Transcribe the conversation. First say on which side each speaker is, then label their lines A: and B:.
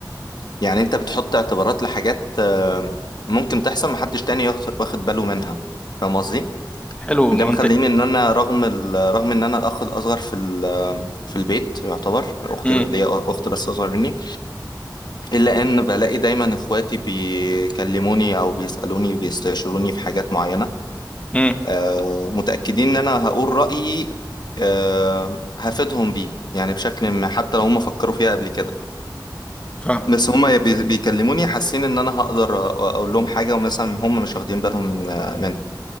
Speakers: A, on the left; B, on the left.
A: يعني أنت بتحط اعتبارات لحاجات آه، ممكن تحصل محدش تاني ياخد- واخد باله منها فاهم قصدي؟
B: حلو
A: ده
B: منطق
A: مخليني إن أنا رغم ال... رغم إن أنا الأخ الأصغر في ال... في البيت يعتبر أخت
B: امم
A: ليا أخت بس أصغر مني إلا إن بلاقي دايما إخواتي بيكلموني أو بيسألوني بيستشيروني في حاجات معينة
B: امم
A: آه، متأكدين إن أنا هقول رأيي آه، هفيدهم بيه يعني بشكل ما حتى لو هم فكروا فيها قبل كده
B: فاهم
A: بس هم بي- بيكلموني حاسين إن أنا هقدر أ- أقول لهم حاجة ومثلا هم مش واخدين بالهم من- منها